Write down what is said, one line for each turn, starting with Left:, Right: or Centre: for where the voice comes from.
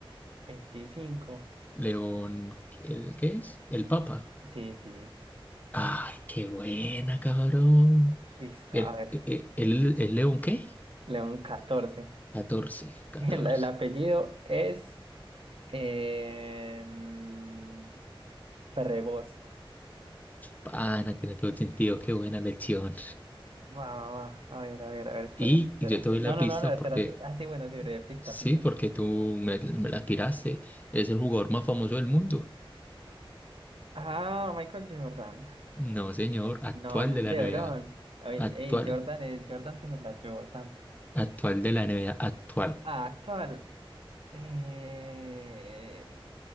Right: Veinticinco.
Left: León, ¿el qué es? El Papa.
Right: Sí, sí.
Left: Ay, qué buena, cabrón.
Right: Listo,
Left: ¿El,
Right: a ver.
Left: el, el, el León qué?
Right: León 14.
Left: 14,
Right: <laughs>
Left: 14.
Right: El, el apellido es... em, Prevost.
Left: Pana, tiene todo el sentido, qué buena lección.
Right: Va, va, va. A ver, a ver, a ver, espérate,
Left: Y,
Right: espérate.
Left: yo te doy
Right: No,
Left: la
Right: no,
Left: pista
Right: no, no, espérate.
Left: porque,
Right: Ah, sí, bueno, sí, breve, pista,
Left: sí,
Right: pista.
Left: porque tú me, me la tiraste. Es el jugador más famoso del mundo.
Right: Ah, Michael Jordan.
Left: No, señor, actual
Right: No, no
Left: de
Right: es LeBron.
Left: la NBA.
Right: Ay,
Left: Actual,
Right: ey, Jordan es, Jordan tiene las Jordan.
Left: actual de la NBA, actual.
Right: Ah, actual. Eh...